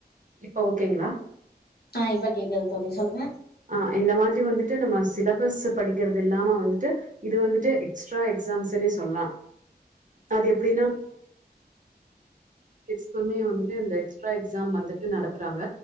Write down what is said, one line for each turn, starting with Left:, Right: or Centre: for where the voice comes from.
Right: இப்ப ஓ கே ங்களா
Left: ஆ இப்ப கேக்குது தோழி சொல்லுங்க
Right: ஆ இந்த மாதிரி வந்துட்டு நம்ம சிலபஸ் படிக்கறது இல்லாம வந்துட்டு இது வந்துட்டு எக்ஸ்ட்ரா எக்ஸாம்ஸுன்னே சொல்லலா அது எப்டின்னா கிட்ஸ்க்குமே வந்துட்டு இந்த எக்ஸ்ட்ரா எக்ஸாம் வந்துட்டு நடத்தறாங்க